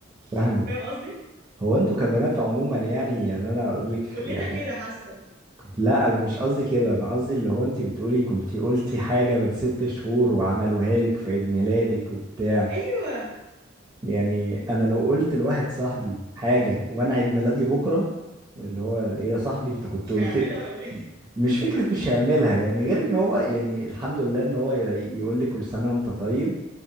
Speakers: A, on the right; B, on the right.
A: فاهمك
B: <laughs> فاهم قصدي
A: هو انتوا كبنات عموما يعني يعني انا اقول لك ح-
B: كلنا
A: يعني
B: كده حاسه
A: لا انا مش قصدي كده انا قصدي اللي هو انت بتقولي كنت قلتي حاجه من ست شهور وعملوها لك في عيد ميلادك وبتاع
B: ايوه
A: يعني انا لو قلت لواحد صاحبي حاجه وانا عيد ميلادي بكره اللي هو ايه يا صاحبي انت كنت
B: مش
A: قلت
B: هيعملها ولا ايه
A: مش فكره مش هيعملها يعني غير ان هو يعني الحمد لله ان هو ي- يقول لي كل سنه وانت طيب